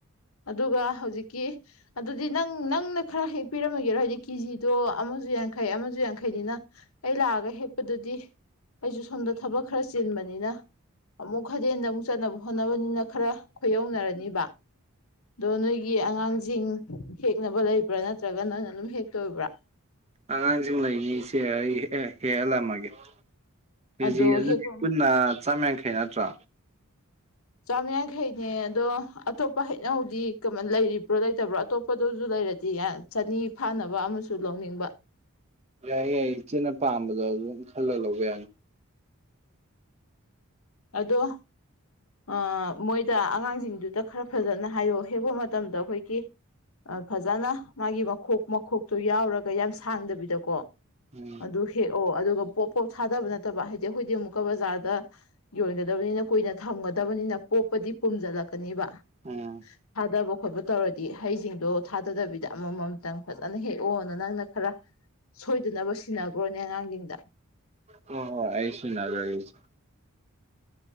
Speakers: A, on the left; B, on the right.
A: ꯑꯗꯨꯒ ꯍꯧꯖꯤꯛꯀꯤ ꯑꯗꯨꯗꯤ ꯅꯪ ꯅꯪꯅ ꯈꯔ ꯍꯦꯛꯄꯤꯔꯝꯃꯒꯦꯔꯣ ꯍꯥꯏꯗꯤ ꯀꯦꯖꯤꯗꯣ ꯑꯃꯥꯖꯨ ꯌꯥꯡꯈꯩ ꯑꯃꯥꯖꯨ ꯌꯥꯡꯈꯩꯅꯤꯅ ꯑꯩ ꯂꯥꯛꯑꯒ ꯍꯦꯛꯄꯗꯨꯗꯤ ꯑꯩꯖꯨ ꯁꯣꯝꯗ ꯊꯕꯛ ꯈꯔ ꯆꯤꯟꯕꯅꯤꯅ ꯑꯃꯨꯛ ꯈꯗꯦꯟꯗ ꯑꯃꯨꯛ ꯆꯠꯅꯕ ꯍꯣꯠꯅꯕꯅꯤꯅ ꯈꯔ ꯈꯣꯏꯌꯧꯅꯔꯅꯤꯕ ꯗꯣ ꯅꯣꯏꯒꯤ ꯑꯉꯥꯡꯖꯤꯡ ꯍꯦꯛꯅꯕ ꯂꯩꯕ꯭ꯔꯥ ꯅꯠꯇ꯭ꯔꯒ ꯅꯪꯅ ꯗꯨꯝ ꯍꯦꯛꯇꯣꯏꯕ꯭ꯔꯥ
B: ꯑꯉꯥꯡꯖꯤꯡ ꯂꯩꯅꯤ ꯏꯆꯦ ꯑꯩ ꯑꯦ ꯍꯦꯍꯜꯂꯝꯃꯒꯦ ꯀꯦꯖꯤ
A: ꯑꯗꯣ
B: ꯑꯗꯨꯗꯤ
A: ꯍꯦꯛꯄ
B: ꯄꯨꯟꯅ ꯆꯥꯝ ꯌꯥꯡꯈꯩ ꯅꯠꯇ꯭ꯔꯣ
A: ꯆꯥꯝ ꯌꯥꯡꯈꯩꯅꯦ ꯑꯗꯣ ꯑꯇꯣꯞꯄ ꯍꯩꯅꯧꯗꯤ ꯀꯃꯟ ꯂꯩꯔꯤꯕ꯭ꯔꯣ ꯂꯩꯇꯕ꯭ꯔꯣ ꯑꯇꯣꯞ ꯄꯗꯨꯖꯨ ꯂꯩꯔꯗꯤ ꯑꯦ ꯆꯅꯤ ꯐꯥꯅꯕ ꯑꯃꯥꯁꯨ ꯂꯧꯅꯤꯡꯕ
B: ꯌꯥꯏ ꯌꯥꯏ ꯏꯆꯦꯅ ꯄꯥꯝꯕꯗꯣ ꯑꯗꯣꯗꯨꯝ ꯈꯜꯂ ꯂꯧꯕ ꯌꯥꯅꯤ
A: ꯑꯗꯣ ꯑꯥ ꯃꯣꯏꯗ ꯑꯉꯥꯡꯖꯤꯡꯗꯨꯗ ꯈꯔ ꯐꯖꯅ ꯍꯥꯏꯌꯣ ꯍꯦꯛꯄ ꯃꯇꯝꯗ ꯑꯩꯈꯣꯏꯒꯤ ꯑꯥ ꯐꯖꯅ ꯃꯥꯒꯤ ꯃꯈꯣꯛ ꯃꯈꯣꯛꯇꯣ ꯌꯥꯎꯔꯒ ꯌꯥꯝ ꯁꯥꯡꯗꯕꯤꯗꯀꯣ
B: ꯎꯝ
A: ꯑꯗꯨ ꯍꯦꯛꯑꯣ ꯑꯗꯨꯒ ꯄꯣꯞ ꯄꯣꯞ ꯊꯥꯗꯕ ꯅꯠꯇꯕ ꯍꯥꯏꯗꯤ ꯑꯩꯈꯣꯏꯗꯤ ꯑꯃꯨꯛꯀ ꯕꯖꯥꯔꯗ ꯌꯣꯟꯒꯗꯕꯅꯤꯅ ꯀꯨꯏꯅ ꯊꯝꯒꯗꯕꯅꯤꯅ ꯄꯣꯞꯄꯗꯤ ꯄꯨꯝꯖꯜꯂꯛ ꯀꯅꯤꯕ
B: ꯎꯝ
A: ꯊꯥꯗꯕ ꯈꯣꯠꯄ ꯇꯧꯔꯗꯤ ꯍꯩꯖꯤꯡꯗꯣ ꯊꯥꯗꯗꯕꯤꯗ ꯑꯃꯃꯝꯇꯪ ꯐꯖꯅ ꯍꯦꯛꯑꯣꯅ ꯅꯪꯅ ꯈꯔ ꯁꯣꯏꯗꯅꯕ ꯁꯤꯟꯅꯒ꯭ꯔꯣꯅꯦ ꯑꯉꯥꯡꯖꯤꯡꯗ
B: ꯍꯣ ꯍꯣꯢ ꯑꯩ ꯁꯤꯟꯅꯒ꯭ꯔꯒꯦ ꯏꯆꯦ